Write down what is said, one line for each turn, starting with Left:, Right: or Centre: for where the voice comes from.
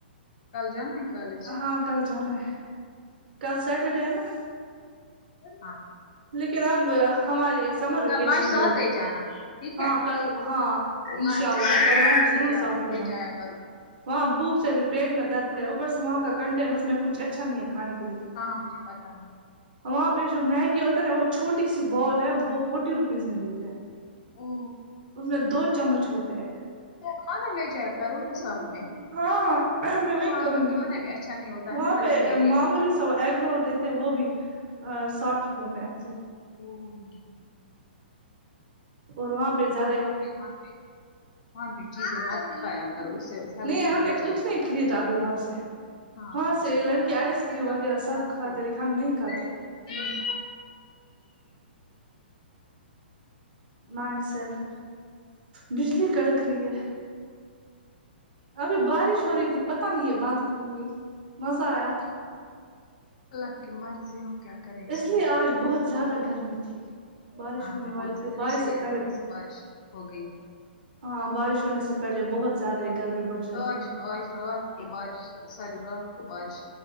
Left: کل جانا ہے کالج
Right: ہاں کل جانا ہے کل سیٹرڈے ہے نا
Left: ہاں
Right: لیکن اب ہماری یہ سمر ویکیشن
Left: کل لنچ ساتھ
Right: بھی ہوگے
Left: لے جانا ٹھیک
Right: ہاں
Left: ہے
Right: کل ہاں انشاء
Left: لنچ
Right: اللہ کل
Left: ساتھ
Right: لنچ
Left: لے
Right: ضرور
Left: جا
Right: ساتھ لے جاؤں
Left: جایا
Right: گی
Left: کرو
Right: وہاں بھوک سے بھی پیٹ میں درد ہے اوپر سے وہاں کا کنٹین اس میں کچھ اچھا نہیں ہے کھانے کے لیے
Left: ہاں مجھے پتا ہے
Right: وہاں پہ جو میگی ہوتا ہے نا وہ چھوٹی سی بال ہے وہ فورٹی روپیز میں دیتے ہیں
Left: او
Right: اس میں دو چمچ ہوتے ہیں
Left: کھانا لے جایا کرو نا ساتھ میں
Right: ہاں
Left: اور
Right: میں وہی
Left: وہاں
Right: کروں
Left: کا
Right: گی
Left: کھانا اچھا نہیں ہے
Right: وہاں
Left: نا ہیلتھ
Right: پہ
Left: کے لیے
Right: معمولی سا وہ ایگ رول دیتے وہ بھی ا ساٹھ روپئے میں ایسے
Left: وہ نہی
Right: اور وہاں پہ ز
Left: وہاں پہ وہاں پہ وہاں پہ چیزیں مت کھایا کرو اس سے ہیلتھ
Right: نہیں
Left: بگڑ
Right: ہم نے کچھ
Left: جائے گی
Right: نہیں
Left: اللہ
Right: خریدا
Left: بچاۓ
Right: ابھی وہاں سے
Left: ہاں
Right: وہاں
Left: اچھی
Right: سے یہ لڑکی
Left: بات ہے
Right: آئس
Left: مت خریدا
Right: کریم وغیرہ
Left: کرو
Right: سب
Left: مت
Right: کھاتے
Left: خریدو
Right: لیکن
Left: ہوں
Right: ہم نہیں کھاتے نائن سیون بجلی کڑک رہی ہے ابھی بارش ہو رہی تھی پتہ نہیں یہ بند کیوں ہوئی مزہ آیا تھا
Left: اللہ کی مرضی ہم کیا کریں
Right: اس
Left: میں
Right: لیے آج بہت زیادہ گرمی تھی بارش
Left: ہاں
Right: ہونے
Left: ہاں
Right: والی
Left: بہت زیادہ
Right: تھی بارش
Left: اسی
Right: سے
Left: لیے
Right: پہلے
Left: تھوڑی سی بارش ہو گئی
Right: ہاں بارش ہونے سے پہلے بہت زیادہ ہی گرمی بڑھ جاتی
Left: کاش
Right: ہے پھر
Left: آج رات کو بارش ساری رات کو بارش